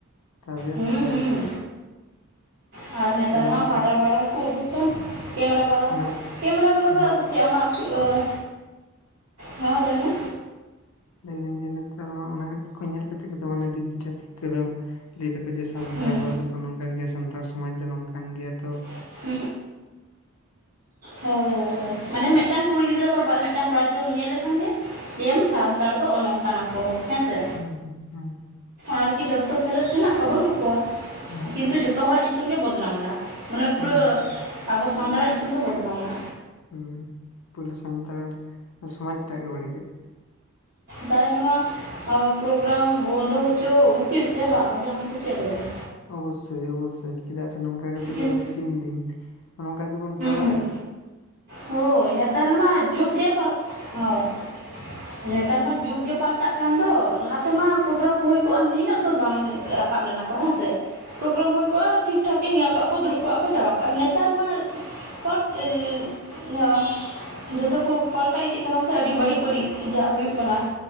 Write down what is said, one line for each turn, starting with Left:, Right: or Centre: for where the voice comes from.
Left: ᱛᱟᱵᱮᱨ
Right: ᱦᱩᱸ
Left: ᱛᱮ,
Right: ᱦᱩᱸ ᱟᱨ ᱱᱮᱛᱟᱨ
Left: ᱛᱚ ᱱᱚᱣᱟ
Right: ᱢᱟ ᱵᱷᱟᱨ
Left: ᱠᱚ
Right: ᱵᱟᱲᱟ ᱠᱚ ᱩᱰᱩ ᱟᱠᱟᱱ ᱠᱮᱢᱮᱨᱟ ᱵᱟᱞᱟ
Left: ᱱᱚᱣᱟ
Right: ᱠᱮᱢᱮᱨᱟ ᱵᱟᱞᱟ
Left: ᱱᱚᱣᱟ
Right: ᱫᱚ ᱟᱫᱚ ᱪᱮᱫ ᱟᱜᱪᱩᱨ, ᱦᱮᱸ ᱞᱟᱹᱭᱢᱮ
Left: ᱞᱟᱹᱭᱫᱟᱹᱧ ᱡᱮ ᱱᱤᱛᱟᱨ ᱚᱱᱟ ᱧᱮᱞ ᱠᱟᱛᱮ ᱜᱮ ᱫᱤᱠ ᱯᱚᱪᱷᱟ ᱫᱤᱠᱩ ᱠᱚᱫᱚ ᱞᱟᱹᱭ ᱫᱟᱠᱚ ᱡᱟᱥ ᱥᱟᱱᱛᱟᱲ
Right: ᱦᱩᱸ
Left: ᱦᱚᱲ ᱫᱚᱠᱚ ᱱᱚᱝᱠᱟᱱ ᱜᱮᱭᱟ, ᱥᱟᱱᱛᱟᱲ ᱥᱚᱢᱟᱡᱽ ᱫᱚ ᱱᱚᱝᱠᱟᱱ ᱜᱮᱭᱟ᱾ᱛᱚ
Right: <unintelligible> ᱦᱳᱭ ᱦᱳᱭ ᱦᱳᱭ ᱢᱟᱱᱮ ᱢᱤᱫᱴᱟᱝ ᱠᱩᱲᱤ ᱜᱤᱫᱨᱟᱹ ᱵᱟ ᱵᱟᱨ ᱢᱤᱫᱴᱟᱝ ᱠᱚᱲᱟ ᱜᱤᱫᱨᱟᱹᱢ ᱧᱮᱞ ᱞᱮᱠᱷᱟᱱ ᱜᱮ ᱞᱮᱭᱟᱢ ᱥᱟᱱᱛᱟᱲ ᱫᱚ ᱚᱱᱚᱝ ᱠᱟᱱᱟ ᱠᱚ ᱦᱮᱸ ᱥᱮ?
Left: ᱦᱩᱸ ᱦᱩᱸ ᱦᱮᱸ
Right: ᱟᱨᱠᱤ ᱡᱚᱛᱚ ᱥᱮᱞᱮᱫ ᱢᱮᱱᱟᱜ ᱠᱚᱣᱟ ᱵᱟᱹᱱᱩᱜ ᱠᱚᱣᱟ
Left: ᱦᱩᱸ
Right: ᱠᱤᱱᱛᱩ ᱡᱚᱛᱚ ᱦᱚᱲᱟᱜ ᱧᱩᱛᱩᱢ ᱜᱮ ᱵᱚᱫᱱᱟᱢᱱᱟ᱾ ᱢᱟᱱᱮ ᱯᱩᱨᱟᱹ
Left: ᱦᱩᱸ ᱦᱩᱸ
Right: ᱟᱵᱚ ᱥᱟᱱᱛᱟᱲᱟᱜ ᱧᱩᱛᱩᱢ ᱜᱮ ᱵᱚᱫᱱᱟᱢ ᱱᱟ᱾
Left: ᱩᱸ ᱯᱩᱨᱟᱹ ᱥᱟᱱᱛᱟᱲ ᱥᱚᱢᱟᱡ ᱴᱟᱜ ᱜᱮ ᱵᱟᱹᱲᱤᱡᱚᱜ-ᱟ᱾
Right: ᱛᱟᱣ ᱱᱚᱣᱟ ᱯᱨᱳᱜᱨᱟᱢ ᱵᱚᱱᱫᱚ ᱦᱚᱪᱚ ᱩᱪᱤᱛ ᱪᱮ ᱵᱟᱝ ᱟᱵᱤᱱᱟ ᱢᱚᱱᱮᱛᱮ ᱪᱮᱞᱟᱭ ᱫᱟᱭ?
Left: ᱚᱵᱚᱥᱥᱳᱭ ᱚᱵᱚᱥᱥᱳᱭ ᱪᱮᱫᱟᱜ ᱥᱮ ᱱᱚᱝᱠᱟ ᱠᱟᱛᱮᱫ
Right: ᱦᱩᱸ
Left: ᱫᱚ ᱟᱵᱚ ᱛᱤᱱ ᱫᱤᱱ ᱱᱚᱝᱠᱟ ᱛᱮᱵᱚᱱ ᱪᱟᱵᱟᱜ-ᱟ᱾
Right: ᱦᱩᱸ ᱦᱳᱭ ᱱᱮᱛᱟᱨ ᱢᱟ ᱡᱩᱜ ᱜᱮ ᱯᱟᱞ ᱦᱚ ᱱᱮᱛᱟᱨ ᱢᱟ ᱡᱩᱜ ᱜᱮ ᱯᱟᱞ ᱯᱟᱞᱴᱟᱠᱟᱱᱫᱚ ᱞᱟᱦᱟ ᱛᱮᱢᱟ ᱯᱨᱳᱜᱨᱟᱢ ᱠᱚ ᱦᱩᱭ ᱠᱚᱜ-ᱟ ᱱᱤᱱᱟᱹᱜ ᱫᱚ ᱵᱟᱝ ᱨᱟᱠᱟᱵ ᱞᱮᱱᱟ ᱠᱚ ᱦᱮᱸᱥᱮ᱾ ᱯᱨᱳᱜᱨᱟᱢ ᱦᱩᱭ ᱠᱚᱜ-ᱟ, ᱴᱷᱤᱠ ᱴᱷᱟᱠ ᱜᱮ ᱧᱮᱞ ᱠᱚᱜ-ᱟ ᱠᱚ ᱫᱩᱲᱩᱵ ᱠᱚᱜ-ᱟ ᱠᱚ ᱪᱟᱵᱟ ᱠᱚᱜ-ᱟ᱾ ᱱᱮᱛᱟᱨ ᱢᱟ <unintelligible> ᱡᱷᱚᱛᱚ ᱠᱚ ᱯᱟᱞᱴᱟᱣ ᱤᱫᱤᱜ ᱠᱟᱱᱟ ᱥᱮ ᱟᱹᱰᱤ ᱵᱟᱹᱲᱤᱡ ᱵᱟᱹᱲᱤᱡ ᱡᱟᱜ ᱦᱩᱭᱩᱜ ᱠᱟᱱᱟ᱾